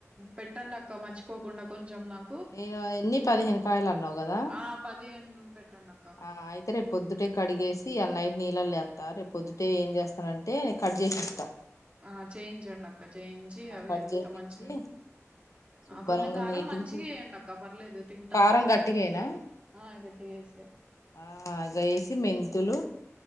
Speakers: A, on the right; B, on the left.
A: పెట్టండి అక్క మర్చిపో పోకుండా కొంచెం నాకు
B: నేను ఎన్ని పదిహేను కాయలు అన్నావు కదా
A: ఆ పదిహేను పెట్టండి అక్క
B: ఆ అయితే రే పొద్దుటే కడిగేసి అ నైట్ న పిల్లలుస్తా రే పొద్టే ఏం చేస్తానంటే నను కట్ చేసి ఇస్తా
A: ఆ చేయించండి అక్క చేయించి అవి
B: కట్
A: ఎంత
B: చేపిచ్చి
A: మంచిగా
B: శుభ్రంగా
A: ఆ కొంచెం కారం
B: నీటిగా
A: మంచిగా
B: తూ
A: వయండి అక్క పర్లేదు తింటాము
B: కారం గట్టిగేయనా
A: ఆ గట్టి వేసి
B: ఆ ఆగ వేసి మెంతులు